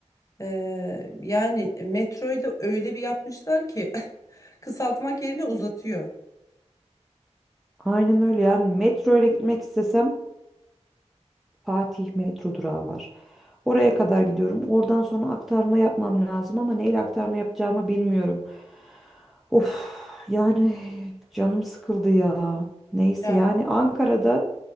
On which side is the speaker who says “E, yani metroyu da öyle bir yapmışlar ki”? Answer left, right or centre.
Left